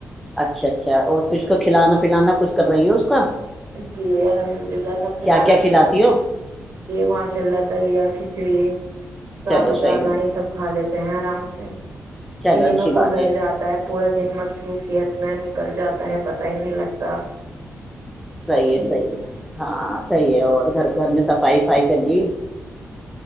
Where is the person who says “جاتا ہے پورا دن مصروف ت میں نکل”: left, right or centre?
Right